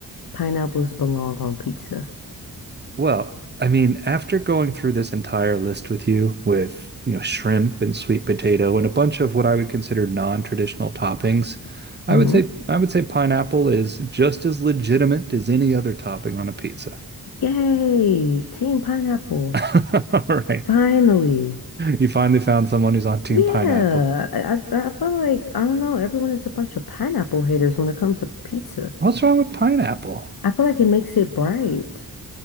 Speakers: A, on the left; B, on the right.
A: pineapples belong on pizza?
B: Well, I mean, after going through this entire list with you, with, you know, shrimp and sweet potato and a bunch of what I would consider non-traditional toppings, I
A: Mm-hmm.
B: would say I would say pineapple is just as legitimate as any other topping on a pizza.
A: Yay, Team Pineapple.
B: <laughs> All right.
A: Finally.
B: You finally found someone who's on team
A: Yeah.
B: pineapple.
A: I, I I feel like I don't know, everyone is a bunch of pineapple haters when it comes to pizza.
B: What's wrong with pineapple?
A: I feel like it makes it bright.